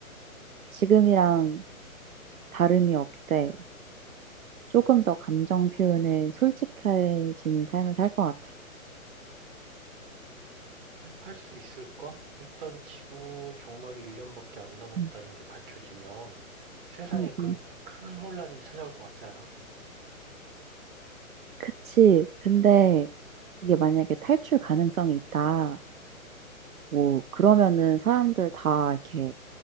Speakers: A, on the right (about 70°); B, on the right (about 40°).
A: 지금이랑 다름이 없되 조금 더 감정 표현에 솔직해지는 삶을 살 것 같아.
B: 살 수 있을까? 일단 지구 종말이 1년밖에 안 남았다는
A: 음,
B: 게 밝혀지면 세상에
A: 음,
B: 큰,
A: 음.
B: 큰 혼란이 찾아올 것 같지 않아?
A: 그치. 근데
B: 응.
A: 이게 만약에 탈출 가능성이 있다. 뭐, 그러면은 사람들 다 이렇게